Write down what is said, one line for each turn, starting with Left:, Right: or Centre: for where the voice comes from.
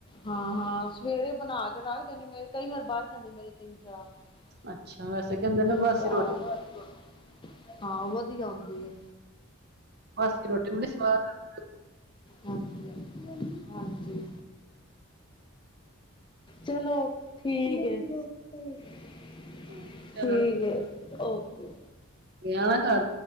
Left: ਹਾ, ਹਾਂ ਸਵੇਰੇ ਬਣਾ ਕੇ ਰਾੱਖ ਦੇਨੀਆ, ਮੇਰੇ ਕਈ ਵਾਰ ਬਾਚ ਜਾਂਦੀ ਮੇਰੇ ਤਿੰਨ <unintelligible>
Right: ਅੱਛਾ, ਵੈਸੇ ਕੈਂਦੇ ਨਾ
Left: ਤਿੰਨ
Right: ਬਾਸੀ
Left: ਚਾਰ
Right: ਰੋਟ
Left: ਹਾਂ ਵਦੀਆ ਹੋਂਦੀ ਐ।
Right: ਬਾਸੀ ਰੋਟੀ ਬੜੀ ਸਵਾਦ <unintelligible>
Left: ਹਾਂਜੀ ਹਾਂਜੀ, ਚਲੋ ਠੀਕ ਏ। <unintelligible>
Right: ਰੋਟੀ। ਚਲੋ
Left: ਠੀਕ ਏ, ਓਕੇ।
Right: ਹੈ ਆਣਾ ਘਰ